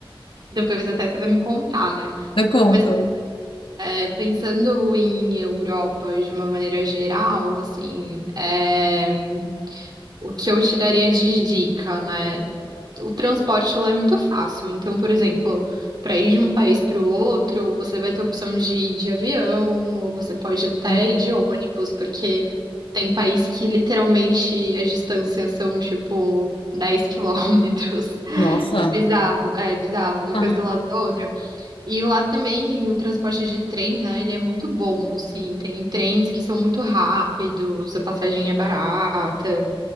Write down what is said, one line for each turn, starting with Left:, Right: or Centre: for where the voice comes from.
Right: Depois até você vai me contar, né?
Left: eu conto.
Right: Mas é, pensando em Europa de uma maneira geral, assim, é, o que eu te daria de dica, né? o transporte lá é muito fácil. Então, por exemplo, para ir de um país para o outro, você vai ter a opção de ir de avião, ou você pode até
Left: É.
Right: ir de ônibus, porque tem país que literalmente as distâncias são tipo 10 quilômetros. <laughs>
Left: Nossa.
Right: É Bizarro, é bizarro, uma
Left: Tá.
Right: coisa do lado da outra. E lá também o transporte de trem, né, ele é muito bom, assim, tem trens que são muito rápidos, a passagem é barata,